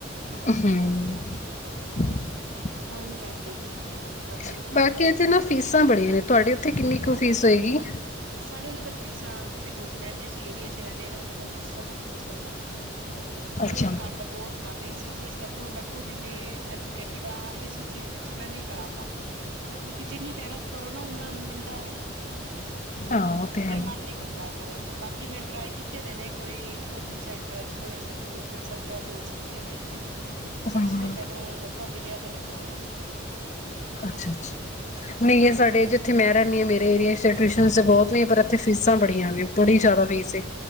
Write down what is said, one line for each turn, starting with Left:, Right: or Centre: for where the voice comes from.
Left: ਹਮ
Right: ਕੋਈ ਨੀ ਮੈਂ ਦੇਖਣੀ ਆ <unintelligible>
Left: <unintelligible>
Right: ਆ
Left: ਬਾਕੀ ਇਥੇ ਨਾ ਫੀਸ <unintelligible> ਸਾਂ ਬੜੀਆਂ ਨੇ ਤੁਹਾਡੇ ਉੱਥੇ ਕਿੰਨੀ ਕੁ ਫੀਸ ਹੋਏਗੀ?
Right: ਸਾਡੇ ਉਧਰ ਤਾਂ ਫੀਸਾਂ <unintelligible> ਮੈਂ ਜਿਸ ਏਰੀਏ ਚ ਰਹਿਨੀ ਹਾਂ ਨਾ ਉਧਰ ਦਾ ਫੀਸਾਂ ਤਾਂ ਪੁੱਛੋ ਹੀ ਨਾ ਬਹੁਤ
Left: ਅੱਛਾ
Right: ਘੱਟ ਬਹੁਤ ਘੱਟ ਇਸੀ ਚੀਜ਼ ਕਰਕੇ ਹੁਣ ਮੈਂ ਖੁਦ ਇੰਨੀ ਐਜੂਕੇਟਿਡ ਹਾਂ, ਇਸੀ ਚੀਜ਼ ਪਿੱਛੇ ਮੈਂ ਨਹੀਂ ਕਰਾ ਪਾਂਦੀ ਕਿਉਂਕਿ ਜਿੰਨੀ ਮਿਹਨਤ ਕਰੋ ਨਾ ਉਨਾ ਮਿਲਦਾ ਨਹੀਂ
Left: ਆਹ ਉਹ ਤੇ ਆ
Right: ਫਿਰ ਮਨ ਨਹੀਂ ਕਰਦਾ ਕਰਨ ਤੇ ਬਾਕੀ ਮੈਂ ਟਰਾਈ ਕੀਤੇ ਦੇ ਨੇ ਕੋਈ ਕੋਚਿੰਗ ਸੈਂਟਰਸ ਕੋ ਇੰਸਟੀਚਿਊਟ ਮੈਂ ਸਭ ਜਗ੍ਹਾ ਕੋਲਸ ਕੀਤੀਆਂ ਹੋਈਆਂ ਨੇ,
Left: ਅੱਛਾ
Right: ਅਗਰ ਕੋਈ ਮੈਨੂੰ ਮੌਕਾ ਮਿਲਿਆ ਤੇ ਮੈਂ ਜਾਾਵਾਂਗੇ ਜ਼ਰੂਰ
Left: ਅੱਛਾ ਛਾ, ਨਹੀਂ <unintelligible> ਸਾਡੇ ਜਿੱਥੇ ਮੈਂ ਰਹਿੰਨੀ ਹਾਂ, ਮੇਰੇ ਏਰੀਏ ਚ ਟਿਊਸਨਸ ਤਾਂ ਬਹੁਤ ਨੇ ਪਰ ਇਥੇ ਫੀਸਾਂ ਬੜੀਆਂ ਨੇ, ਬੜੀ ਜ਼ਿਆਦਾ ਫੀਸ ਏ,